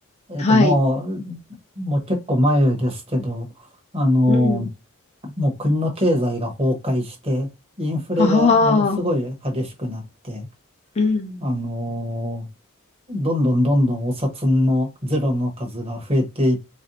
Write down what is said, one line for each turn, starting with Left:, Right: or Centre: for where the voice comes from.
Right: えっともう、
Left: あ、はい。
Right: もう結構前ですけど、あの
Left: うん。
Right: もう国の経済が崩壊して、インフレがものすごい激しくなって、
Left: ああ、うん。
Right: あのーどんどんどんどんお札のゼロの数が増えてい、